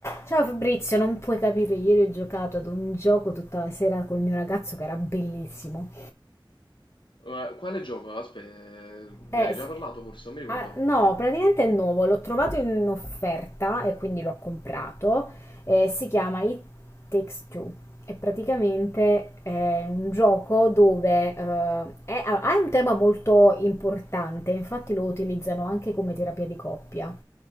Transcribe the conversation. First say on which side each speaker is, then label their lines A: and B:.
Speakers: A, on the left; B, on the left.
A: Ciao Fabrizio, non puoi capire, ieri ho giocato ad un gioco tutta la sera col mio ragazzo che era bellissimo.
B: Ma quale gioco? Aspetta, me
A: Eh,
B: ne hai
A: sì.
B: già parlato forse, non mi ricordo.
A: Ah, no, praticamente è nuovo, l'ho trovato in offerta e quindi l'ho comprato. Eh, si chiama It Takes Two. È praticamente eh, un gioco dove eh, è- allora, ha un tema molto importante, infatti lo utilizzano anche come terapia di coppia.